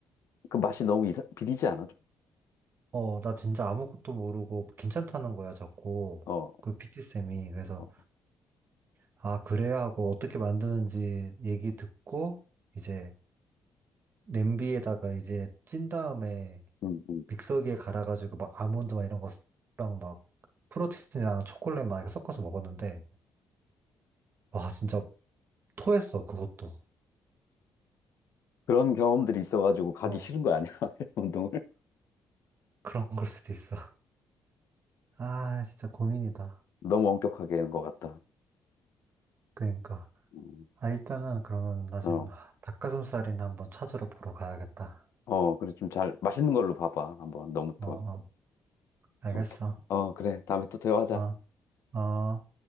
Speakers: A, on the left; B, on the right.
A: 그 맛이 너무 이상, 비리지 않아? 좀?
B: 어, 나 진짜 아무것도 모르고 괜찮다는 거야, 자꾸.
A: 어,
B: 그 PT쌤이. 그래서,
A: 어.
B: 아, 그래야 하고 어떻게 만드는지 얘기 듣고, 이제 냄비에다가 이제 찐 다음에
A: 음, 음.
B: 믹서기에 갈아가지고 막 아몬드 막 이런 거랑 막 프로틴이랑 초콜릿 막 이렇게 섞어서 먹었는데, 와, 진짜 토했어, 그것도.
A: 그런 경험들이 있어가지고 가기
B: 어,
A: 싫은 거 아니야? <laughs> 운동을
B: 그런 걸 수도 있어. 아, 진짜 고민이다.
A: 너무 엄격하게 하는 것 같다.
B: 그러니까.
A: 음,
B: 아, 일단은 그러면 나 지금
A: 어,
B: 닭가슴살이나 한번 찾으러 보러 가야겠다.
A: 어, 그래 좀 잘 맛있는 걸로 봐봐. 한번 너무
B: 어,
A: 또,
B: 어, 알겠어.
A: 어, 어, 그래 다음에 또 대화하자.
B: 어, 어.